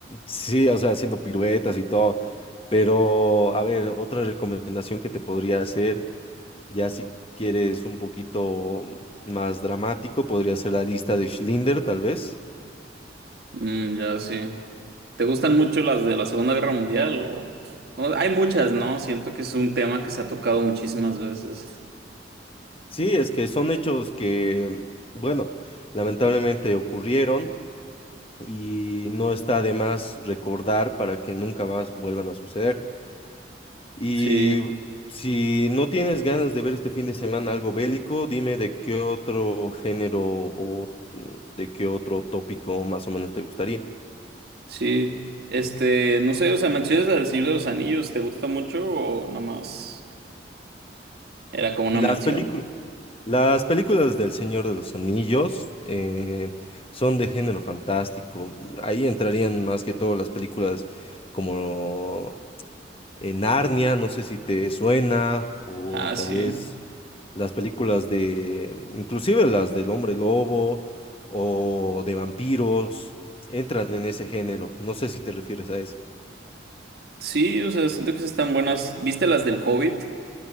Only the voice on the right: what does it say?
Mm, ya sí. ¿Te gustan mucho las de la Segunda Guerra Mundial? O... o- hay muchas, ¿no? Siento que es un tema que se ha tocado muchísimas veces.
Sí,
sí. Este, no sé, o sea, menciones la del Señor de los Anillos, ¿te gusta mucho o nada más era como una
mención?
Ah, sí.
Sí, o sea, siento que sí están buenas. ¿Viste las del Hobbit?